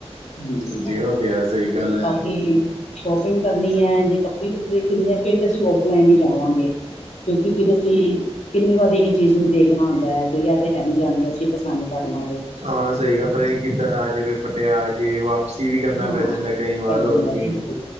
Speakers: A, on the left; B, on the right.
A: ਹਾਂਜੀ,
B: ਉਹ ਤੇ ਹੈ ਸਹੀ ਗੱਲ ਹੈ
A: ਬਾਕੀ ਸ਼ੋਪਿੰਗ ਕਰਨੀ ਐ ਜੇ ਕੱਪੜੇ-ਕੁਪੜੇ <unintelligible> ਫੇ਼ਰ ਤੇ ਅਸੀਂ ਔਫਲਾਈਨ ਈ ਜਾਵਾਂਗੇ। ਕਿਉਂਕਿ ਫੇਰ ਅਸੀਂ, ਕਿੰਨੀ ਵਾਰੀ ਇੱਕ ਚੀਜ਼ ਨੂੰ ਦੇਖਣਾ ਹੂੰਦਾ ਕੋਈ ਜਾ ਤੇ ਹੈ ਨੀ ਜਾਂਦੇ ਅਸੀਂ ਪਸੰਦ ਕਰ ਲਾਂਗੇ।
B: ਹਾਂ ਸਈ ਗੱਲ ਪਰੇ ਕੀਦਰ ਆ ਜੇ ਕੋਈ ਫਟੇਆ ਆ ਜੇ ਵਾਪਸੀ ਵੀ ਕਰਨਾ
A: ਹਾਂ
B: ਪੈ ਜਾਂਦਾ ਕਈ ਵਾਰ
A: ਪੈ
B: ਹੋਰ
A: ਜਾਂਦਾ
B: ਕੀਏ।
A: ਬਿਲਕੁਲ